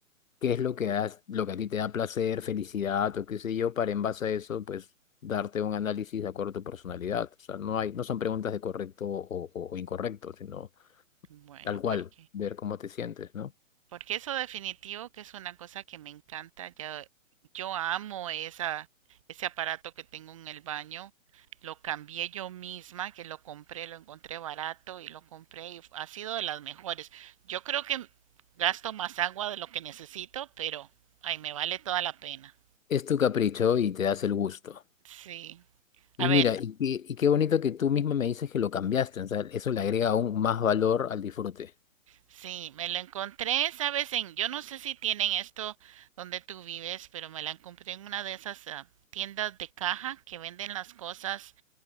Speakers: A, on the left; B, on the right.
A: qué es lo que has- lo que a ti te da placer, felicidad o qué sé yo, para en base a eso, pues darte un análisis de acuerdo a tu personalidad. O sea, no hay, no son preguntas de correcto o, o- o incorrecto, sino
B: Bueno,
A: tal cual,
B: porque...
A: ver cómo te sientes, ¿no?
B: Porque eso definitivo que es una cosa que me encanta. ya yo amo esa, ese aparato que tengo en el baño. Lo cambié yo misma, que lo compré, lo encontré barato y lo compré y ha sido de las mejores. Yo creo que gasto más agua de lo que necesito, pero ay, me vale toda la pena.
A: Es tu capricho y te das el gusto.
B: Sí.
A: Y
B: A ver,
A: mira, y qué, y qué bonito que tú misma me dices que lo cambiaste, o sea, eso le agrega aún más valor al disfrute.
B: sí, me lo encontré, ¿sabes? En, yo no sé si tienen esto donde tú vives, pero me la encontré en una de esas ah, tiendas de caja que venden las cosas